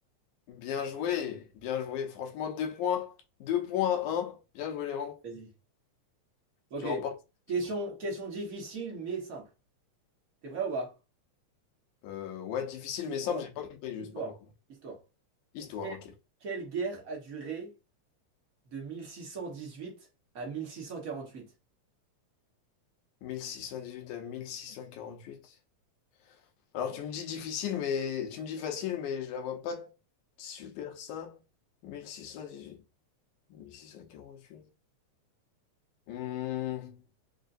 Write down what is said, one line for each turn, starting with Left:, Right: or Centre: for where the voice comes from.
Left: Bien joué, bien joué. Franchement, deux points, deux points à un. Bien joué, Léandre.
Right: Vas-y. Ok.
Left: Tu remportes cette
Right: Question,
Left: question.
Right: question difficile mais simple. T'es prêt ou pas?
Left: Euh, ouais, difficile
Right: Histoire.
Left: mais simple, j'ai pas compris juste
Right: Histoire.
Left: par contre.
Right: Histoire.
Left: Histoire,
Right: Quelle,
Left: ok.
Right: quelle guerre a duré de 1618 à 1648?
Left: 1618 à 1648. Alors tu me dis difficile, mais tu me dis facile, mais je la vois pas super ça. 1618, 1648. Hmm.